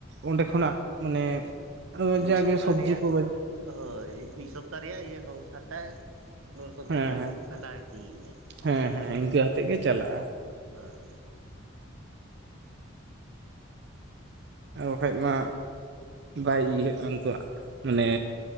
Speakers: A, on the right; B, on the right.
A: ᱚᱸᱰᱮ ᱠᱷᱚᱱᱟᱜ ᱢᱟᱱᱮ
B: ᱢᱤᱫ
A: ᱡᱟ
B: ᱥᱚᱯᱛᱟ
A: ᱜᱮ ᱥᱚᱵᱽᱡᱤ
B: ᱨᱮᱭᱟᱜ
A: ᱠᱚᱜᱮ
B: ᱦᱳᱭ, ᱢᱤᱫ ᱥᱚᱯᱛᱟᱦᱚ ᱨᱮᱭᱟᱜ ᱤᱭᱟᱹ ᱥᱚᱝᱥᱟᱨ ᱴᱟᱜ ᱱᱩᱨ ᱠᱚᱛᱮ
A: ᱦᱮᱸ
B: ᱡᱤᱭᱚᱱ ᱠᱚ ᱠᱷᱟᱸᱰᱟᱣ ᱤᱫᱤᱭᱮᱫᱼᱟ
A: ᱦᱮᱸ ᱦᱮᱸ ᱤᱱᱠᱟᱹ
B: ᱾
A: ᱟᱛᱮᱫ ᱜᱮ ᱪᱟᱞᱟᱜᱼᱟ
B: ᱦᱳᱭ ᱦᱳᱭ ᱾
A: ᱟᱨ ᱵᱟᱠᱷᱟᱡ ᱢᱟ ᱵᱟᱭ ᱤᱭᱟᱹᱜᱼᱟ ᱩᱱᱠᱩᱣᱟᱜ ᱢᱟᱱᱮ